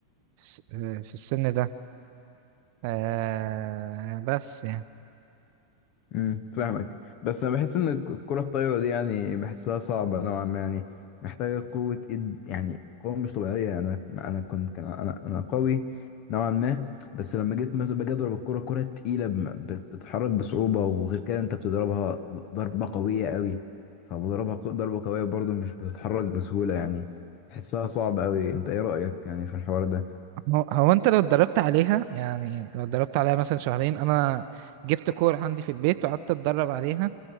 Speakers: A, on the right (about 45°); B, on the left (about 40°).
A: في آه، في السن ده آه، بس يعني
B: امم فاهمك بس انا بحس ان الك- الكرة الطايرة دي يعني بحسها صعبة نوعا ما يعني محتاجة قوة ايد يعني قوة مش طبيعية انا انا كنت كان انا انا قوي نوعا ما بس لما جيت مثلا باجي اضرب الكرة كرة تقيلة بم- بت- بتتحرك بصعوبة وغير كده انت بتضربها ضربة قوية قوي فبضربها ق- ضربة قوية برضو مش بتتحرك بسهولة يعني بحسها صعبة قوي انت ايه رأيك يعني في الحوار ده
A: هو هو انت لو اتدربت عليها يعني لو اتدربت عليها مثلا شهرين انا جبت كور عندي في البيت وقعدت اتدرب عليها